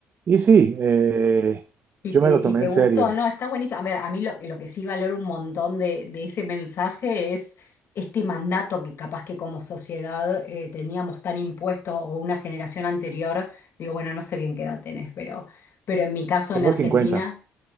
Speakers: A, on the right; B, on the left.
A: y sí, eh,
B: Y
A: yo
B: te,
A: me lo
B: y
A: tomé
B: te
A: en
B: gustó,
A: serio.
B: ¿no? Está bonito. A ver, a mí lo, lo que sí valoro un montón de, de ese mensaje es este mandato que capaz que como sociedad eh, teníamos tan impuesto o una generación anterior. Digo, bueno, no sé bien qué edad tenés, pero, pero en mi caso
A: Tengo
B: en Argentina.
A: cincuenta